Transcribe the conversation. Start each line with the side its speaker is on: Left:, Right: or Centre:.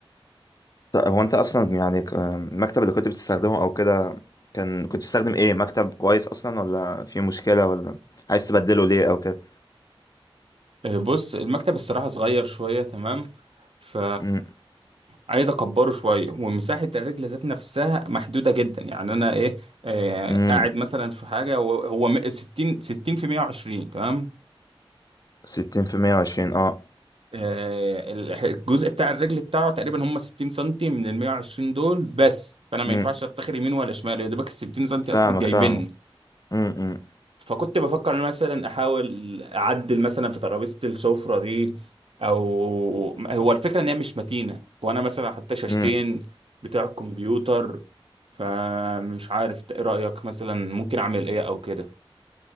Left: ط- هو انت اصلا يعني ك- المكتب اللي كنت بتستخدمه او كده كان كنت بتستخدم ايه مكتب كويس اصلا ولا في مشكلة ولا عايز تبدله ليه او كده
Right: آه، بص المكتب الصراحة صغير شوية تمام ف
Left: مم،
Right: عايز اكبره شوية ومساحة الرجل ذات نفسها محدودة جدا يعني انا ايه آه،
Left: مم،
Right: قاعد مثلا في حاجة هو هو م- 60 60 في 120 تمام
Left: ستين في المية وعشرين اه
Right: آه، ال- الجزء بتاع الرجل بتاعه تقريبا هم 60 سنتي من ال 120 دول بس فانا ما
Left: مم،
Right: ينفعش اتخر يمين ولا شمال يا دوبك ال 60 سنتي
Left: فاهمك
Right: اصلا جايبني
Left: فاهمك مم، مم،
Right: فكنت بفكر ان أنا مثلا احاول اعدل مثلا في ترابيزه السفره دي او هو الفكره ان هي مش متينه وانا مثلا حتى شاشتين
Left: مم.
Right: بتاع الكمبيوتر فمش عارف إنت ايه رايك مثلا ممكن اعمل ايه او كده